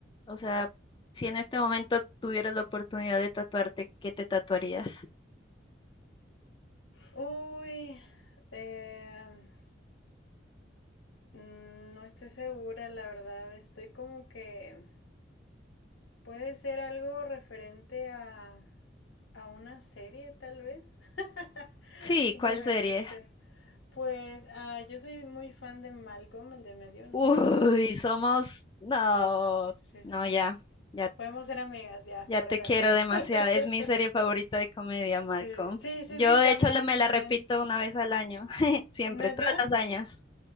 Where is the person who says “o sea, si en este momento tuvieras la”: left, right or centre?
Left